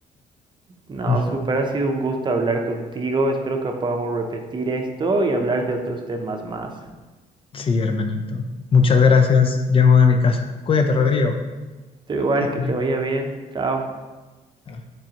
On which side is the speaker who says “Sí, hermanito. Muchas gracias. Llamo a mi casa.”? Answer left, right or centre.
Left